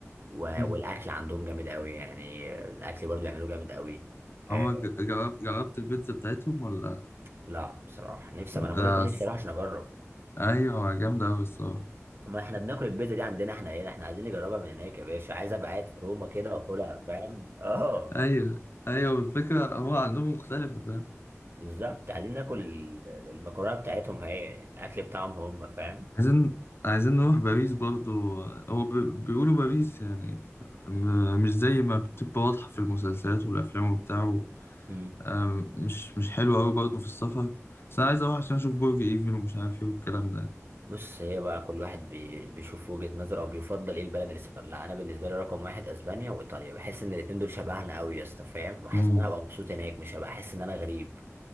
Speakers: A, on the right; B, on the left.
A: و-
B: مم.
A: والاكل عندهم جامد قوي يعني الاكل برضو بيعملوه جامد قوي آه
B: عمرك جرب جربت البيتزا بتاعتهم ولا
A: لا بصراحه نفسي
B: لا.
A: ما انا بقول لك بقى نفسي اروح عشان اجرب
B: ايوه جامده قوي الصراحه
A: ما احنا بناكل البيتزا دي عندنا احنا ايه احنا عايزين نجربها من هناك يا باشا عايز ابقى قاعد في روما كده واكلها فاهم اه
B: ايوه ايوه الفكره هو عندهم مختلفه فاهم
A: بالظبط عايزين ناكل ال- المكرونه بتاعتهم هي يعني الاكل بتاعهم هم فاهم
B: عايزين عايزين نروح باريس برضو هو ب- بيقولوا باريس يعني م- مش زي ما بتبقى واضحة في المسلسلات والأفلام وبتاع
A: مم.
B: آم، مش مش حلو قوي برضه في السفر بس انا عايز اروح عشان اشوف برج ايفل ومش عارف ايه والكلام ده
A: بص هي بقى كل واحد بي- بيشوف وجهة نظره او بيفضل ايه البلد اللي سافر لها انا بالنسبه لي رقم واحد اسبانيا وايطاليا بحس ان الاتنين دول شبهنا قوي يا اسطى فاهم وحاسس
B: امم
A: ان انا هبقى مبسوط هناك مش هبقى حاسس ان انا غريب